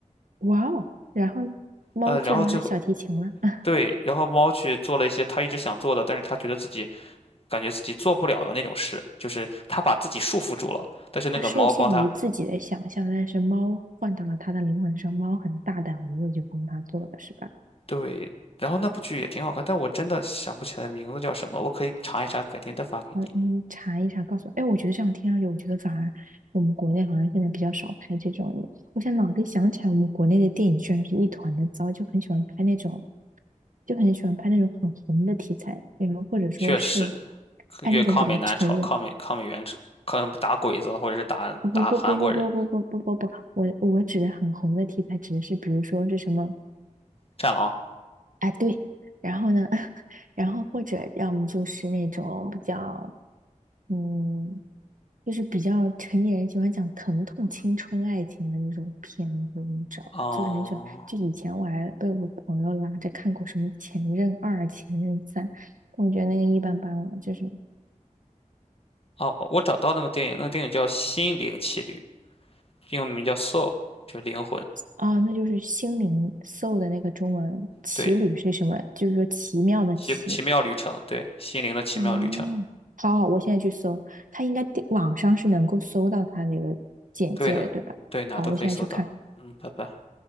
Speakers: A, on the right; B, on the left.
A: 哇哦！然后呢猫去拉小提琴了。
B: 呃，然后最后
A: <laughs>
B: 对，然后猫去做了一些他一直想做的，但是他觉得自己。感觉自己做不了的那种事，就是他把自己束缚住了，但是那个猫帮他，
A: 它受限于自己的想象，但是猫换到了它的灵魂上，猫很大胆无畏，就帮它做了，是吧？
B: 对，然后那部剧也挺好看，但我真的想不起来名字叫什么了，我可以查一查，改天再发给你。
A: 好，你查一查，告诉我。哎，我觉得这样听上去，我觉得反而我们国内好像现在比较少拍这种。我现在脑子里想起来，我们国内的电影居然是一团的糟，就很喜欢拍那种，就很喜欢拍那种很红的题材，然后或者说是
B: 确实，越抗美援朝，
A: 拍那种比较成人
B: 抗美抗美援朝，抗打鬼子或者是打打韩国人，
A: 不不不不不不不不不不不，我我指的很红的题材指的是，比如说是什么？
B: 战狼。
A: 哎，对，然后呢，<laughs> 然后或者要么就是那种比较，嗯，就是比较成年人喜欢讲疼痛、青春、爱情的那种片子，你知道吧？
B: 哦
A: 就是很喜欢。就以前我还被我朋友拉着看过什么《前任二》《前任三》，但我觉得那个一般般了，就是。
B: 哦，我找到那个电影，那个电影叫《心灵奇旅》，英文名叫《Soul》，就是灵魂。
A: 哦，那就是心灵 soul 的那个中文“奇旅”是什么？
B: 对，
A: 就是说奇妙的“奇”。
B: 奇奇妙旅程，对，心灵的奇妙旅程。
A: 哦，好好，我现在去搜，它应该地网上是能够搜到它那个简介的，
B: 对的，
A: 对吧？
B: 对，哪都可以搜到。
A: 好，我现在去看。
B: 嗯，拜拜。